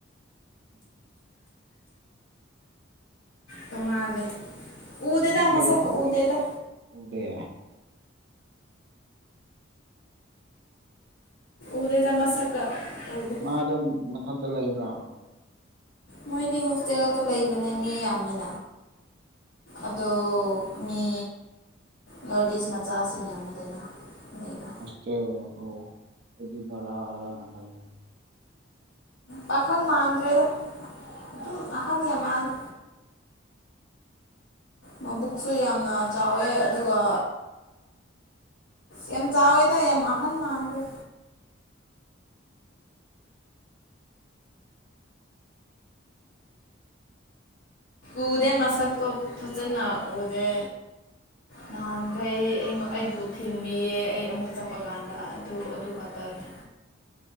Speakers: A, on the right; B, on the left.
A: <inaudible>
B: ꯇꯣꯡꯉꯥꯜꯂꯦ ꯎꯗꯦꯗ
A: ꯑꯗꯨꯝ
B: ꯃꯁꯛꯀ ꯎꯗꯦꯗ
A: ꯎꯗꯦ
B: ꯎꯗꯦꯗ ꯃꯁꯛꯀ ꯎꯗꯦ
A: ꯃꯥꯗꯣ ꯃꯊꯟꯇ ꯂꯩꯕ꯭ꯔꯥ
B: ꯃꯣꯏꯗꯤ ꯍꯣꯁꯇꯦꯜꯗ ꯂꯩꯕꯅꯦ ꯃꯤ ꯌꯥꯝꯃꯤꯟ ꯑꯗꯣ ꯃꯤ ꯅꯣꯔꯠ ꯏꯁ ꯃꯆꯥꯁꯤ ꯌꯥꯝꯃꯤꯗꯅ ꯂꯩꯕ
A: ꯍꯣꯁꯇꯦꯜ ꯑꯣ ꯑꯗꯨꯗꯔꯥꯅ ꯈꯜꯂꯤꯅꯦ
B: ꯄꯥꯈꯪ ꯃꯥꯟꯗ꯭ꯔꯦꯗ ꯑꯗꯨꯝ ꯑꯍꯟ ꯌꯥꯝ ꯃꯥꯜꯂꯦ ꯃꯕꯨꯛꯁꯨ ꯌꯥꯝꯅ ꯆꯥꯎꯋꯦ ꯑꯗꯨꯒ ꯌꯥꯝ ꯆꯥꯎꯋꯦꯗ ꯌꯥꯝ ꯑꯍꯟ ꯃꯥꯟꯈ꯭ꯔꯦ ꯎꯗꯦ ꯃꯁꯛꯇꯣ ꯐꯖꯟꯅ ꯎꯗꯦ ꯅꯍꯥꯟ ꯑꯩ ꯑꯩꯉꯣ ꯑꯩꯕꯨ ꯊꯤꯟꯕꯤꯌꯦ ꯑꯩ ꯑꯃꯨꯛ ꯆꯠꯄ ꯀꯥꯟꯗ ꯑꯗꯨ ꯑꯗꯨ ꯈꯇꯔ ꯅꯦ